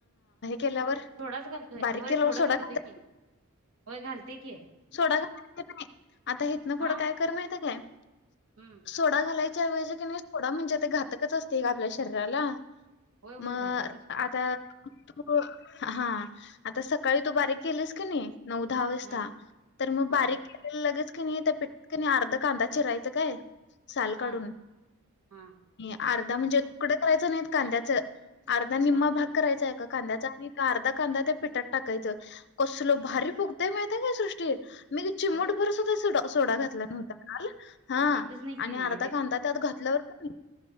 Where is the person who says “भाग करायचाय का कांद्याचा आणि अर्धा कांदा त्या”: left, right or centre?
Left